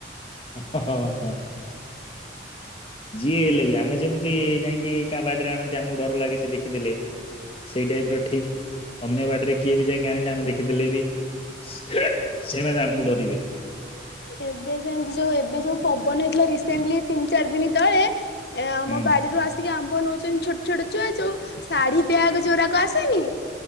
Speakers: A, on the left (about 30°); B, on the left (about 65°).
A: ହଁ ଯିଏ ହେଲେ ବି ଆମେ ଯେମିତି ଯାଇକି କାହା ବାଡିରେ ଆଣନ୍ତି ଆମକୁ ଡର ଲାଗେ ସେ ଦେଖିଦେଲେ ସେଇ ଟାଇପ ର ଠିକ ଅନ୍ୟ ବାଡିରେ କିଏ ବି ଯାଇକି ଆଣିଲେ ଆମେ ଦେଖିଦେଲେ ବି ସେମାନେ ଆମକୁ ଡରିବେ।
B: ଏବେ ସେମିତି ଯୋଉ ଏବେ ଯୋଉ ପବନ ହେଇଥିଲା ରିସେଣ୍ଟଲି ତିନି ଚାରି ଦିନ ତଳେ ଏ ଆମ
A: ହୁଁ
B: ବାଡିରୁୁ ଆସିକି ଆମ ବ ନଉଛନ୍ତି ଛୋଟ ଛୋଟ ଛୁଆ ଯୋଉ ଶାଢୀ ବ୍ୟାଗ ଯୋରାାକୁ ଆସେନି